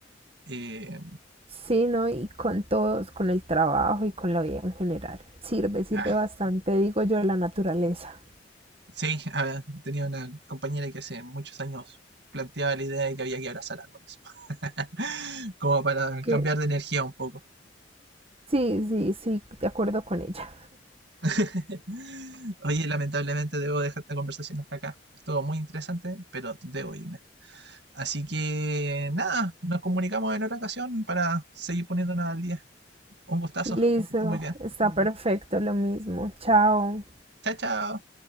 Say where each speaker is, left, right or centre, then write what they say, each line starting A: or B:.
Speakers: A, on the right; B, on the right.
A: Eh,
B: Sí, ¿no? Y con todos, con el trabajo y con la vida en general. Sirve, sirve
A: ah,
B: bastante, digo yo, la naturaleza.
A: sí, ah, tenía una compañera que hace muchos años planteaba la idea de que había que abrazar árboles, <laughs> como para
B: Que
A: cambiar de energía un poco.
B: sí, sí, sí, de acuerdo con ella.
A: <laughs> Oye, lamentablemente debo dejar esta conversación hasta acá. Estuvo muy interesante, pero debo irme. Así que nada, nos comunicamos en otra ocasión para seguir poniéndonos al día. Un gustazo,
B: Listo,
A: que esté muy bien.
B: está perfecto, lo mismo. Chao.
A: Chao, chao.